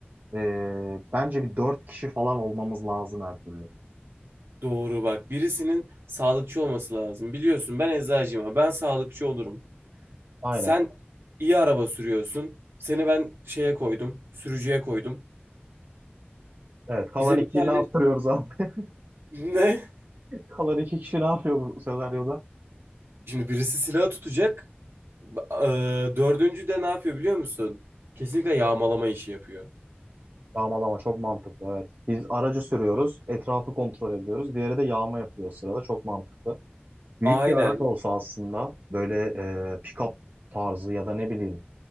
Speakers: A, on the right; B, on the right.
A: eee, bence bir dört kişi falan olmamız lazım her türlü.
B: Doğru bak. Birisinin sağlıkçı olması lazım. Biliyorsun ben eczacıyım ama ben sağlıkçı olurum.
A: Aynen.
B: Sen iyi araba sürüyorsun. Seni ben şeye koydum. Sürücüye koydum.
A: Evet. Kalan
B: Bize
A: iki
B: bir tane
A: ne yaptırıyoruz abi? <laughs>
B: <laughs> ne?
A: Kalan iki kişi ne yapıyor bu senaryoda?
B: Şimdi birisi silah tutacak. Ba- eee, dördüncü de ne yapıyor biliyor musun? Kesinlikle yağmalama işi yapıyor.
A: Yağmalama çok mantıklı evet. Biz aracı sürüyoruz, etrafı kontrol ediyoruz. Diğeri de yağma yapıyor o sırada. Çok mantıklı. Büyük
B: Aynen.
A: bir araç olsa aslında böyle e, pick-up tarzı ya da ne bileyim